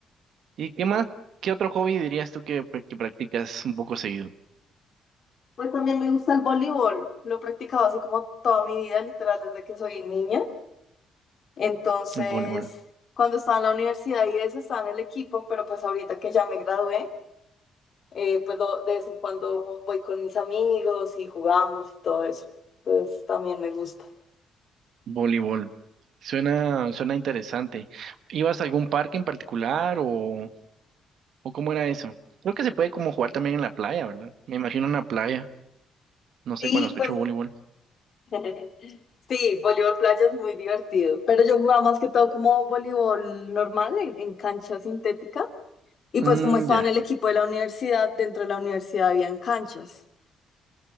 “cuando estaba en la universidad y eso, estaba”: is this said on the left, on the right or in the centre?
Left